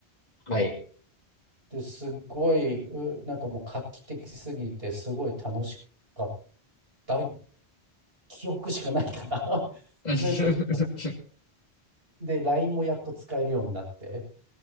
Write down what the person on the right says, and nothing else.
で、すごい、うなんかもう画期的すぎて、すごい楽しかった記憶しかないかな。<laughs>
なんか、で、LINE もやっと使えるようになって、